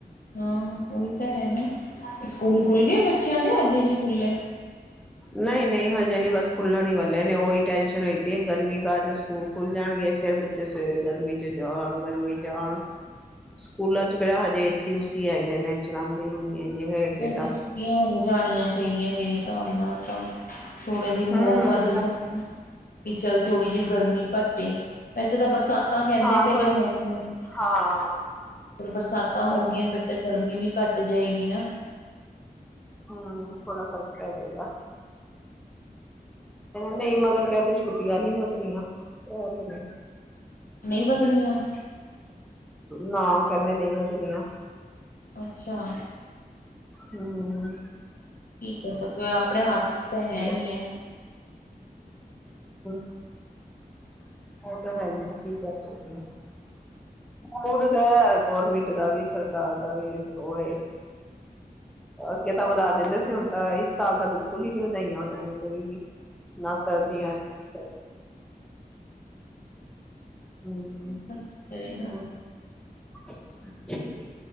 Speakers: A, on the left; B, in the centre.
A: ਹਾਂ ਉਹੀ ਤਾਂ ਹੈ ਨਾ ਸਕੂਲ ਖੁੱਲ੍ਹ ਗਏ ਬੱਚਿਆਂ ਦੇ ਅਜੇ ਨਹੀਂ ਖੁੱਲੇ।
B: ਨਹੀਂ-ਨਹੀਂ ਹਜੇ ਨੀ ਬਸ ਖੁੱਲਣ ਹੀ ਵਾਲੇ ਨੇ ਉਹੀ ਟੈਸ਼ਨ ਹੋਈ ਪਈ ਹੈ ਗਰਮੀ ਕਾਜ ਸਕੂਲ ਖੁੱਲ ਜਾਣ। ਖੁੱਲ ਗਏ ਫਿਰ ਬੱਚੇ ਸਵੇਰੇ ਗਰਮੀ ਚ ਜਾਣ ਗਰਮੀ ਚ ਆਣ । ਸਕੂਲਾਂ ਚ ਕਿਹੜਾ ਹਜੇ ਏਸੀ ਉਸੀ ਹੈਗੇ ਨੇ ਚਲਾਂਦੇ ਹੀ ਨੀ ਹੈ ਜੇ ਹੈਗੇ
A: ਵੈਸੇ
B: ਤਾਂ
A: ਛੁੱਟੀਆਂ ਹੋ ਜਾਣੀਆਂ ਚਾਹੀਦੀਆਂ ਮੇਰੇ ਹਿਸਾਬ ਨਾਲ ਤਾਂ ਥੋੜੇ ਦਿਨ
B: ਹਮ
A: ਹੋਰ ਵੱਧ ਜਾਂ ਕਿ ਚੱਲ ਥੋੜ੍ਹੀ ਜਿਹੀ ਗਰਮੀ ਘੱਟੇ ਵੈਸੇ ਤਾਂ ਬਰਸਾਤਾਂ ਕਹਿੰਦੇ
B: ਹਾਂ
A: ਪਏ
B: ਥੋੜੇ
A: ਨੇ ਹੋਣ ਅਗਰ
B: ਹਾਂ
A: ਬਰਸਾਤਾਂ ਹੋ
B: ਬਸ
A: ਗਈਆਂ ਫਿਰ ਤਾਂ ਗਰਮੀ ਵੀ ਘੱਟ ਜਾਏਗੀ ਨਾ
B: ਹੂੰ ਥੋੜਾ ਫ਼ਰਕ ਪੈ ਜਾਏਗਾ। ਨਹੀਂ ਮਗਰ ਕਹਿੰਦੇ ਛੁੱਟੀਆਂ ਨੀ ਵਧਣੀਆਂ ।
A: ਨਹੀਂ ਵਧਣੀਆਂ?
B: ਨਾ ਕਹਿੰਦੇ ਨਹੀਂ ਵੱਧਣੀ ਆ।
A: ਅੱਛਾ
B: ਹੂੰ
A: ਕੀ ਕਰ ਸਕਦੇ ਹੋ ਆਪਣੇ ਹੱਥ ਵਿਚ ਤਾਂ
B: ਦੇਖਦਾ
A: ਹੈ ਨਹੀਂ ਏ।
B: <inaudible> ਉਹ ਤਾਂ ਹੈ ਹੀ ਆ ਕੀ ਕਹੇ ਸਕਦੇ ਹਾਂ ਉਹ ਤਾਂ ਗੌਰਮਿੰਟ ਦਾ ਵੀ ਸਰਕਾਰ ਦਾ ਵੀ ਉਹ ਏ। ਅੱਗੇ ਤਾਂ ਵਧਾ ਦਿੰਦੇ ਸੀ ਹੁਣ ਤਾਂ ਇਸ ਸਾਲ ਤਾਂ ਬਿਲਕੁਲ ਹੀ ਨਹੀਂ ਵਧਾਈਆਂ ਉਹਨਾਂ ਨੇ ਕੋਈ ਵੀ। ਨਾ ਸਰਦੀਆਂ ਚ ਹਮ
A: ਬੰਦਾ ਕੀ ਕਰੇਗਾ
B: ਹੋ <inaudible>